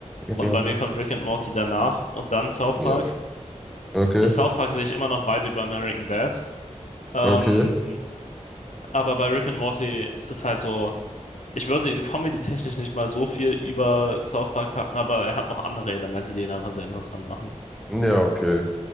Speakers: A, in the centre; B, on the left.
A: Okay.
B: Und bei mir kommt Rick and Morty danach und dann South
A: Ja.
B: Park.
A: Okay.
B: South Park sehe ich immer noch weit über American Dad. Ähm,
A: Okay.
B: aber bei Rick and Morty ist halt so, ich würde ihn comedy-technisch nicht mal so viel über South Park packen, aber er hat noch andere Elemente, die ihn einfach sehr interessant machen.
A: Ja, okay.